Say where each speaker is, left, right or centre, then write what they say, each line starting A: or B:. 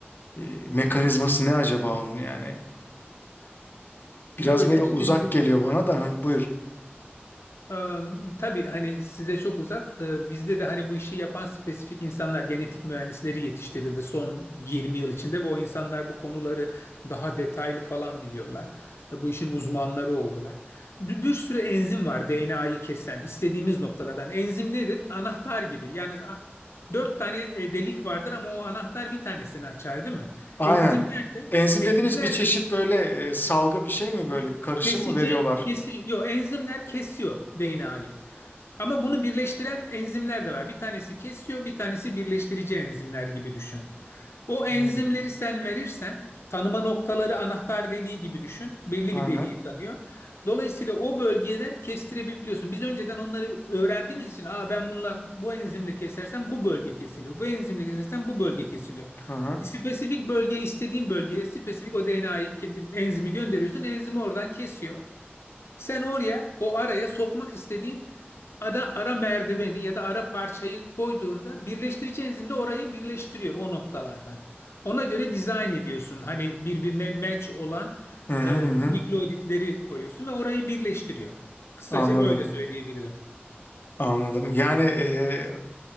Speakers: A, on the left; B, on the left.
A: e, mekanizması ne acaba onun yani? Biraz
B: Böyle
A: böyle uzak
B: şimdi
A: geliyor bana da Hı, buyur.
B: Ee, tabii hani size çok uzak. Ee, bizde de hani bu işi yapan spesifik insanlar, genetik mühendisleri yetiştirildi son 20 yıl içinde ve o insanlar bu konuları daha detaylı falan biliyorlar. Ee, bu işin uzmanları oldular. Bir, bir sürü enzim var DNA'yı kesen istediğimiz noktalardan. Enzim nedir? Anahtar gibi. Yani a- dört tane e, delik vardır ama o anahtar bir tanesini açar, değil mi?
A: Aynen.
B: Enzimler de,
A: Enzim
B: enzimler
A: dediğimiz bir çeşit böyle e, salgı bir şey mi böyle karışım
B: Kesici
A: mı veriyorlar?
B: kesiyor. Enzimler kesiyor DNA'yı. Ama bunu birleştiren enzimler de var. Bir tanesi kesiyor, bir tanesi birleştirici enzimler gibi düşün. O enzimleri
A: Hmm.
B: sen verirsen tanıma noktaları anahtar deliği gibi düşün. Belli
A: Aynen.
B: bir deliği tanıyor. Dolayısıyla o bölgeden kestirebiliyorsun. Biz önceden onları öğrendiğimiz için Aa, ben bununla bu enzimle kesersem bu bölge kesiliyor. Bu enzimle kesersem bu bölge kesiliyor.
A: Hı hı.
B: Spesifik bölgeye istediğin bölgeye spesifik o DNA'yı enzimi gönderiyorsun. Enzimi oradan kesiyor. Sen oraya o araya sokmak istediğin ara ara merdiveni ya da ara parçayı koyduğunda birleştirici enzim de orayı birleştiriyor o noktalardan. Ona göre dizayn ediyorsun. Hani birbirine match olan
A: Hı hı
B: e, nükleotitleri
A: hı.
B: koyuyorsun ve orayı birleştiriyor. Kısaca
A: Anladım,
B: böyle söyleyebilirim.
A: anladım. Yani e,